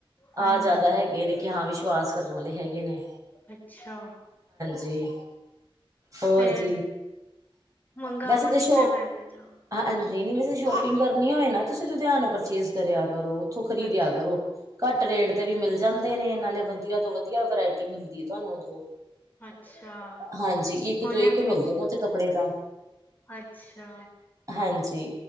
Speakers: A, on the right (about 35°); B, on the left (about 20°).
A: ਆਹ
B: ਹਾਂਜੀ
A: ਜ਼ਿਆਦਾ ਹੈਗੇ ਨੇ ਕਿ ਹਾਂ ਵਿਸ਼ਵਾਸ ਕਰਨ ਵਾਲੇ ਹੈਗੇ ਨੇ
B: ਅੱਛਾ
A: ਜੀ ਹੋਰ
B: ਫੇਰ
A: ਜੀ
B: ਮੰਗਾਵਾਂਗੀ
A: ਵੈਸੇ ਤਾਂ ਸ਼ੋਅਪ
B: ਫਿਰ ਮੈਂ ਵੀ ਉੱਧਰੋਂ
A: ਹਾਂ ਨਹੀਂ ਨਹੀਂ ਵੈਸੇ ਸ਼ੋਪਿੰਗ ਕਰਨੀ ਹੋਏ ਨਾ ਤੁਸੀਂ ਲੁਧਿਆਨੋ ਪਰਚੇਜ ਕਰਿਆ ਕਰੋ ਉੱਥੋਂ ਖਰੀਦਿਆ
B: ਅੱਛਾ
A: ਕਰੋ ਘੱਟ ਰੇਟ ਤੇ ਵੀ ਮਿਲ ਜਾਂਦੇ ਨੇ ਨਾਲੇ ਵਧੀਆ ਤੋਂ ਵਧੀਆ ਵਰਾਇਟੀ ਮਿਲਦੀ ਹੈ ਤੁਹਾਨੂੰ ਉਧਰੋਂ
B: ਅੱਛਾ
A: ਹਾਂਜੀ ਇੱਕ
B: ਹੁਣ
A: ਤੋਂ ਇੱਕ ਮਿਲਦੇ ਨੇ ਉੱਥੇ ਕੱਪੜੇ ਤਾਂ
B: ਅੱਛਾ
A: ਹਾਂਜੀ